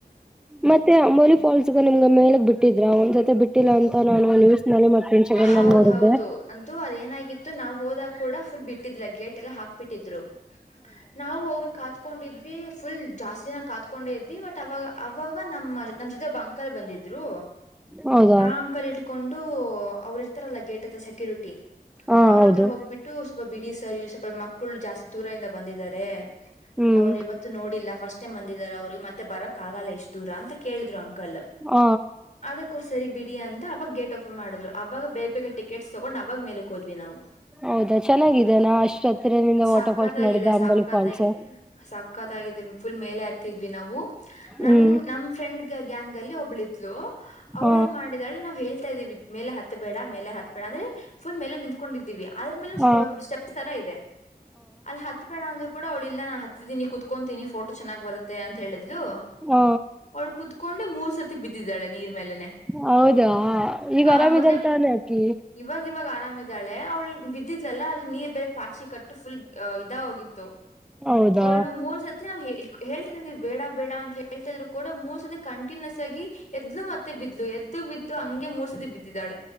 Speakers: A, in the centre; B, on the left (about 50°).
A: ಮತ್ತೆ ಅಂಬೋಲಿ ಫಾಲ್ಸ್ಗ ನಿಮ್ಗ ಮೇಲಗ್ ಬಿಟ್ಟಿದ್ರ ಒಂದ್ಸಲ್ ಮತ್ತೆ ಬಿಟ್ಟಿಲ್ಲ ಅಂತ ನಾನು ನ್ಯೂಸ್ ನಲ್ಲಿ ಮತ್ತೆಂಚಗ
B: ಹೌದ್
A: ನೋಡಿದ್ದೆ
B: ಹೌದು ಅಂತೂ ಅದೇನಾಗಿತ್ತು ನಾವ್ ಹೋದಾಗ ಕೂಡ ಫುಲ್ ಬಿಟ್ಟಿದ್ಲ ಗೇಟ್ ಎಲ್ಲ ಹಾಕ್ಬಿಟ್ಟಿದ್ರು ನಾವು ಹೋಗಿ ಕಾತ್ಕೊಂಡಿದ್ವಿ ಫುಲ್ ಜಾಸ್ತಿ ದಿನ ಕಾತ್ಕೊಂಡಿದ್ವಿ ಬಟ್ ಅವಾಗ ಅವಾಗ ನಮ್ಮ ನಮ್ಮ ಜೊತೆ ಒಬ್ಬ ಅಂಕಾ ಬಂದಿದ್ರು
A: ಹೌದು
B: ಆ ಅಂಕಲ್ ಇಟ್ಕೊಂಡು ಅವ್ರು ಇರ್ತಾರಲ್ಲ ಗೇಟ್ ಹತ್ತ ಸೆಕ್ಯೂರಿಟಿ
A: ಹಾ
B: ಅವ್ರತ್ರ
A: ಹೌದು
B: ಹೋಗ್ಬಿಟ್ಟು ಸ್ವಲ್ಪ ಬಿಡಿ ಸರ್ ಸ್ವಲ್ಪ ಮಕ್ಕಳು ಜಾಸ್ತಿ ದೂರದಿಂದ ಬಂದಿದ್ದಾರೆ
A: ಹ್ಮ್
B: ಅವ್ರು ಯಾವತ್ತು ನೋಡಿಲ್ಲ ಫಸ್ಟ್ ಬಂದಿದಿದ್ದಾರೆ ಅವ್ರಿಗೆ ಮತ್ತೆ ಬರಕ್ ಆಗಲ್ಲ ಎಷ್ಟ್ ದೂರ ಅಂತ ಕೇಳಿದ್ರು ಅಂಕಲ್
A: ಹ
B: ಅದರ್ ಬಿಡಿ ಅಂತ ಅವಾಗ ಗೆಟ್ ಮಾಡಿದ್ರು ಅವಾಗ ಬೇಗ ಬೇಗ ಟಿಕೆಟ್ಸ್ ತಗೊಂಡ್ ಅವಾಗ ಮೇಲೆಕ್ ಹೋದ್ವಿ ನಾವು
A: ಹೌದಾ ಚೆನ್ನಾಗಿದೆನಾ ಅಷ್ಟ್ ಹತ್ತಿರದಿಂದ
B: ಸಕ್ಕತ್ಾಗಿದೆ
A: ವಾಟರ್ ಫಾಲ್ಸ್ ನೋಡಿದ್ದೆ ಅಂಬಲಿ
B: ಸಕ್ಕತ್ಗಾಗಿದೆ
A: ಫಾಲ್ಸ್
B: ಸಕ್ಕತ್ಗಿದೆ ಫುಲ್ ಮೇಲೆ ಹ ನಾವು ನನ್
A: ಹ್ಮ್
B: ನಮ್ ಫ್ರೆಂಡ್ ಗ್ಯಾಂಗ್ ಅಲ್ಲಿ ಒಬ್ಳಿದ್ಲು ಅವಳೇ
A: ಹ
B: ಮಾಡಿದಳೆ ನಾವವು ಹೇಳ್ತಾ ಇದ್ದೀವಿ ಮೇಲೆ ಹತ್ ಬೇಡ ಮೇಲೆ ಹತ್ ಬೇಡ ಅಂದ್ರೆ ಫುಲ್ ಮೇಲೆ ನಿಂತ್ಕೊಂಡಿದ್ದೀವಿ ಆದ್ರೆ
A: ಹ
B: ಸ್ಟ ಇದೆಲ್ಲಿ ಹ ಕೂಡ ಅವಳ ಇಲ್ಲಾನು ಹತ್ತೀನಿ ಕುತ್ಕೊತೀನಿ ಫೋಟ ಚೆನ್ನಾಗಿ ಬರುತ್ತೆ ಅಂತ ಹೇಳೆ ಲು
A: ಹ
B: ಅವಳು ಕುತ್ಕೊಂಡು ಮೂರ್ ಸತಿ ಬಿದ್ದಿದ್ದಾಳೆ ನೀರ್ ಮೇಲನೆ
A: ಹೌದಾ ಈಗ
B: ಆ
A: ಆರಾಮಿದಲ್
B: ಮೊದ್ಲ
A: ತಾನೆ ಅಕಿ
B: ಇವಾಗ ಇವಾಗ ಆರಾಮ ಳೆ ಅವ್ಳ ಬಿದ್ದಿದ್ಲಲ್ಲಾ ಅದು ನೀರ್ ಬೇರೆ ಪಾಚಿ ಕಟ್ಟು ಫುಲ್ ಇದ ಹೋಗಿತ್ತು
A: ಹೌದಾ
B: ಹಳ್ಳು ಮೂರ್ ಸರ್ತಿ ನಾವ್ ಹೇಳ್ತೇನೆ ನೀವು ಬೇಡ ಬೇಡ ಅಂತ ಹೇಳಿ ಹೇಳ್ತಾ ಇದ್ರು ಕೂಡ ಮೂಸ ಅದ ಕಂಟಿನ್ಯೂಸ್ ಆಗಿ ಎದ್ಲು ಮತ್ತೆ ಬಿದ್ದ ಇ ಎದ್ದು ಬಿದ್ದು ಹಂಗೆ ಮೂರ್ ಸತಿ ಬಿದ್ದಾಳೆ